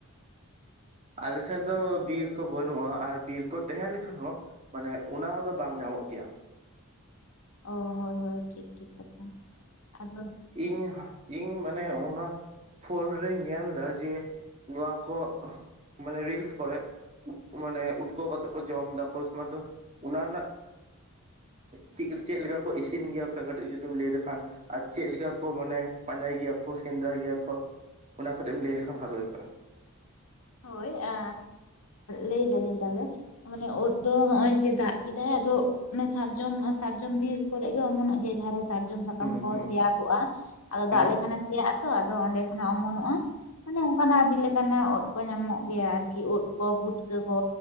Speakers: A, on the right; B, on the left.
A: ᱟᱞᱮ ᱥᱮᱫ ᱫᱚ ᱵᱤᱨ ᱠᱚ ᱵᱟᱹᱱᱩᱜᱼᱟ ᱟᱨ ᱵᱤᱨ ᱠᱚ ᱛᱟᱦᱮᱸ ᱞᱮᱱᱠᱷᱟᱱ ᱦᱚᱸ ᱢᱟᱱᱮ ᱚᱱᱟ ᱫᱚ ᱵᱟᱝ ᱧᱟᱢᱚᱜ ᱜᱮᱭᱟ
B: ᱚ ᱦᱳᱭ ᱦᱳᱭ ᱴᱷᱤᱠ ᱴᱷᱤᱠ ᱠᱟᱛᱷᱟ ᱟᱫᱚ
A: ᱤᱧ ᱤᱧ ᱢᱟᱱᱮ ᱚᱱᱟ ᱯᱷᱳᱱ ᱨᱮᱧ ᱧᱮᱞ ᱫᱟ ᱡᱮ ᱱᱚᱣᱟ ᱠᱚ ᱢᱟᱱᱮ ᱨᱤᱞᱥ ᱠᱚᱨᱮ ᱢᱟᱱᱮ ᱩᱴᱠᱟᱹᱣ ᱠᱟᱛᱮᱫ ᱠᱚ ᱡᱚᱢ ᱫᱟ ᱠᱚ ᱟᱫᱚ ᱚᱱᱟ ᱨᱮᱱᱟᱜ ᱪᱮᱫ ᱪᱮᱫ ᱞᱮᱠᱟ ᱠᱚ ᱤᱥᱤᱱ ᱜᱮᱭᱟ ᱚᱠᱟ ᱠᱟᱹᱴᱤᱡ ᱡᱩᱫᱤ ᱛᱩᱢ ᱞᱟᱹᱭ ᱞᱮᱠᱷᱟᱱ ᱟᱨ ᱪᱮᱫ ᱞᱮᱠᱟ ᱠᱚ ᱢᱟᱱᱮ ᱯᱟᱸᱡᱟᱭ ᱜᱮᱭᱟ ᱠᱚ ᱥᱮᱸᱫᱽᱨᱟᱭ ᱜᱮᱭᱟ ᱠᱚ ᱚᱱᱟ ᱠᱟᱹᱴᱤᱡ ᱮᱢ ᱞᱟᱹᱭ ᱞᱮᱠᱷᱟᱱ ᱵᱷᱟᱜᱮ ᱦᱩᱭ ᱠᱚᱜᱼᱟ
B: ᱦᱳᱭ ᱟ ᱞᱟᱹᱭ ᱫᱟᱞᱤᱧ ᱛᱟᱦᱚᱞᱮ ᱢᱟᱱᱮ ᱩᱫ ᱫᱚ ᱦᱸᱚᱜᱼᱚᱭ ᱡᱮ ᱫᱟᱜ ᱠᱮᱫᱟᱭ ᱟᱫᱚ ᱮ ᱥᱟᱨᱡᱚᱢ ᱥᱟᱨᱡᱚᱢ ᱵᱤᱨ ᱠᱚᱨᱮ ᱜᱮ ᱚᱢᱚᱱᱚᱜ ᱜᱮᱭᱟ ᱡᱟᱦᱟᱸᱨᱮ ᱥᱟᱨᱡᱚᱢ ᱥᱟᱠᱟᱢ
A: ᱦᱩᱸ
B: ᱠᱚ
A: ᱦᱩᱸ
B: ᱥᱮᱭᱟ ᱠᱚᱜᱼᱟ ᱟᱫᱚ ᱫᱟᱜ
A: ᱦᱮᱸ
B: ᱞᱮᱠᱷᱟᱱ ᱮ ᱥᱮᱭᱟᱜ ᱟᱛᱚ ᱟᱫᱚ ᱚᱸᱰᱮ ᱠᱷᱚᱱᱟᱜ ᱚᱢᱚᱱᱚᱜᱼᱟ ᱢᱟᱱᱮ ᱚᱱᱠᱟᱱᱟᱜ ᱟᱹᱰᱤ ᱞᱮᱠᱟᱱᱟᱜ ᱳᱱ ᱠᱚ ᱧᱟᱢᱚᱜ ᱜᱮᱭᱟ ᱟᱨᱠᱤ ᱳᱱ ᱠᱚ ᱯᱩᱴᱠᱟᱹ ᱠᱚ